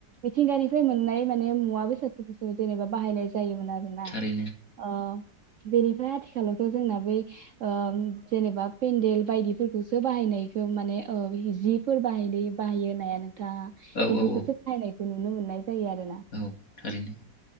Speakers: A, on the right (about 60°); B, on the left (about 50°).
A: मिथिंगानिफ्राय मोननाय माने मुवा, बेसादफोरखौसो जेनेबा बाहायनाय जायोमोन आरो। आ
B: थारैनो
A: ओ <unintelligible> बेनिफ्राय आथिखालावथ' जोंना बै ओ जेनेबा पेन्देल बायदिफोरखौसो बाहायनायखौ माने ओ जिफोर बाहाय बाहायो नाया नोंथाङा
B: औ
A: बेफोरखौसो
B: औ
A: नायनाय नुनो मोननाय जायो आरोना
B: औ थारैनो